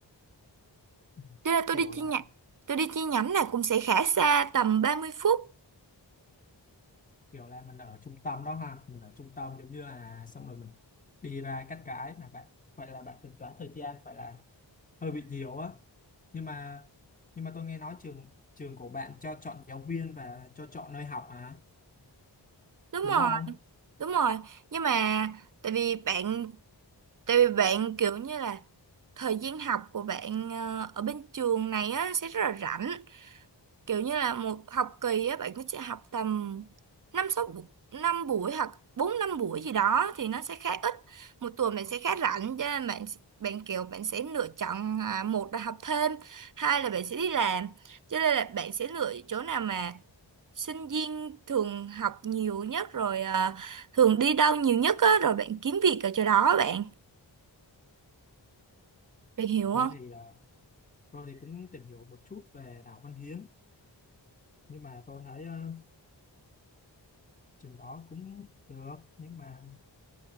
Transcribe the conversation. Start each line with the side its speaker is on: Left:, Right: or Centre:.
Left: Ừ.
Right: Thế là tôi
Left: kiểu
Right: đi chi
Left: là
Right: nhánh
Left: ở-
Right: tôi đi chi nhánh là cũng sẽ khá xa tầm ba mươi phút
Left: kiểu là mình ở trung tâm đó ha mình ở trung tâm giống như là xong rồi mình đi ra cắt cái là bạn vậy là bạn tính toán thời gian phải là hơi bị nhiều á nhưng mà nhưng mà tôi nghe nói trường trường của bạn cho chọn giáo viên và cho chọn nơi học à
Right: đúng
Left: đúng
Right: rồi
Left: không
Right: đúng rồi nhưng mà tại vì bạn tại vì bạn kiểu như là thời gian học của bạn ờ, ở bên trường này á sẽ rất là rảnh kiểu như là một học kỳ á bạn sẽ học tầm năm sáu bu- năm buổi hoặc bốn năm buổi gì đó thì nó sẽ khá ít một tuần bạn sẽ khá rảnh cho nên bạn bạn kiểu bạn sẽ lựa chọn à, một là học thêm hai là bạn sẽ đi làm cho nên là bạn sẽ lựa chỗ nào mà sinh viên thường học nhiều nhất rồi à, thường đi đâu nhiều nhất á, rồi bạn kiếm việc ở chỗ đó bạn bạn hiểu
Left: tôi
Right: không
Left: thì à, tôi thì cũng tìm hiểu một chút về Đào Văn Hiến nhưng mà tôi thấy ờ, trường đó cũng được nhưng mà